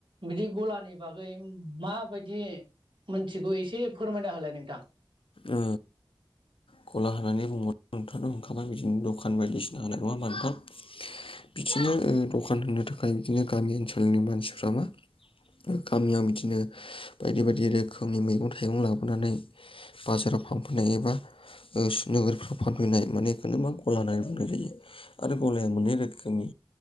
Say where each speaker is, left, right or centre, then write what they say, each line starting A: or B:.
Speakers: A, on the right; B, on the left.
A: बिदि गलानि बागै माबायदि मोनथिगौ एसे फोरमायना होलाय नोंथां।
B: ओ गला होनानै बुङो नोंथाङाथ' ओखाबाय बिदिनो दखान बायदिसिना होनाय नङा होनबा नोंथां? बिदिनो ओदखान होनो थाखाय बिदिनो गामि ओनसोलनि मानसिफ्रा मा गामियाव बिदिनो बायदि बायदि रोखोमनि मैगं थाइगं लाबोनानै बाजाराव फानफैनो हायो एबा ओ नोगोरफ्राव फानफैनाय मानेखौनोनो मा गला होननानै बुंनाय जायो। आरो गलाया मोनै रोखोमनि